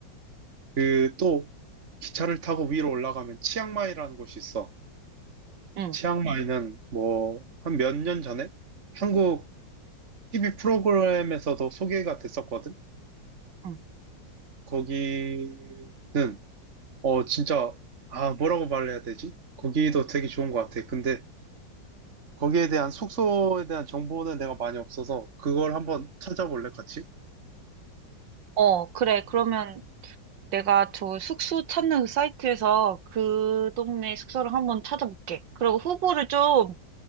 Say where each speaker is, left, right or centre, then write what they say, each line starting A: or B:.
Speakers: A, on the right (about 40°); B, on the right (about 80°).
A: 그 또 기차를 타고 위로 올라가면 치앙마이라는 곳이 있어.
B: 응,
A: 치앙마이는 뭐 한 몇 년 전에 한국 TV 프로그램에서도 소개가 됐었거든.
B: 응.
A: 거기는 어 진짜 아 뭐라고 말해야 되지? 거기도 되게 좋은 것 같아. 근데 거기에 대한 숙소에 대한 정보는 내가 많이 없어서 그걸 한번 찾아볼래 같이?
B: 어, 그래. 그러면 내가 저 숙소 찾는 그 사이트에서 그 동네 숙소를 한번 찾아볼게. 그리고 후보를 좀